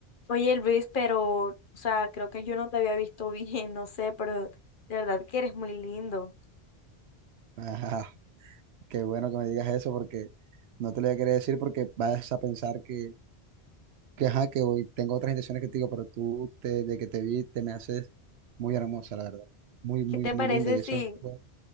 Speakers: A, on the left; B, on the right.
A: Oye, Luis, pero, o sea, creo que yo no te había visto bien, no sé, pero de verdad que eres muy lindo.
B: Ajá, qué bueno que me digas eso porque no te lo voy a querer decir porque vas a pensar que, que ajá, que hoy tengo otras intenciones que te digo, pero tú, te- de que te vi, te me haces muy hermosa, la verdad. Muy, muy,
A: ¿Qué te
B: muy
A: parece
B: linda y
A: si,
B: eso es, pues,